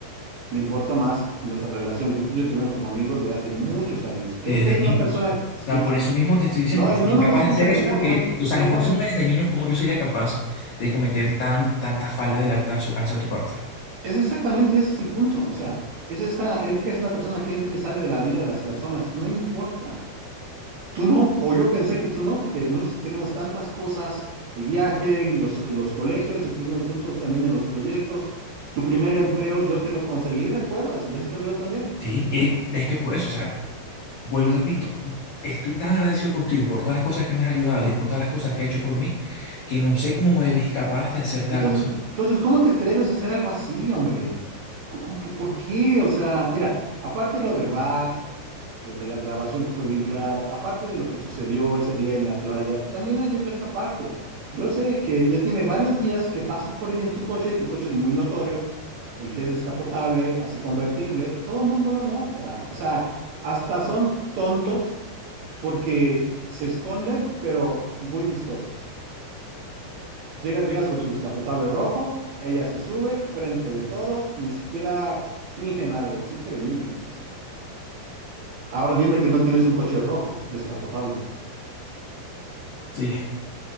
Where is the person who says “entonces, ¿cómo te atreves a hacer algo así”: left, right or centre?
Right